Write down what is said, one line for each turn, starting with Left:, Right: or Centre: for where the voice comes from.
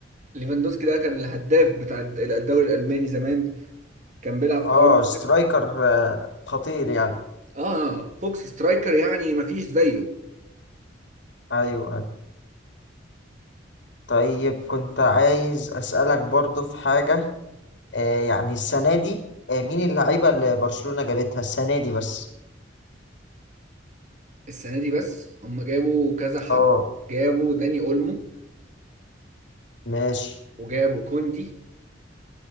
Right: ليفاندوسكي ده كان الهداف بتاع الد- الدوري الالماني زمان كان بيلعب في
Left: اه
Right: بايرن
Left: سترايكر آه، خطير يعني
Right: اه بوكس سترايكر يعني مفيش زيه
Left: ايوه أيوة. طيب كنت عايز اسالك برضو في حاجه آه يعني السنه دي آه مين اللعيبه اللي برشلونه جابتها السنه دي بس
Right: السنه دي بس هم جابوا كذا حد
Left: اه
Right: جابوا داني اولمو
Left: ماشي
Right: وجابوا كوندي